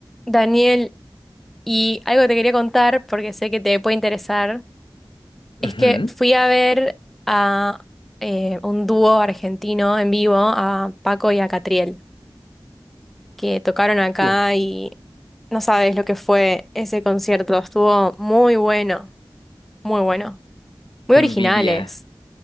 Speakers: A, in the centre; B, on the left.
A: Daniel, y algo que te quería contar, porque sé que te puede interesar, es
B: Ujú.
A: que fui a ver a eh, un dúo argentino en vivo, a Paco y a Catriel, que tocaron acá
B: Uh,
A: y no sabes lo que fue ese concierto, estuvo muy bueno, muy bueno, muy
B: qué
A: originales.
B: envidia,